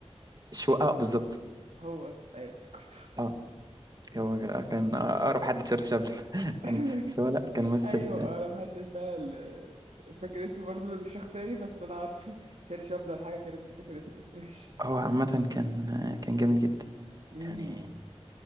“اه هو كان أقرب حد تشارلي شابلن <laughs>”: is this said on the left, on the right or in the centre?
Right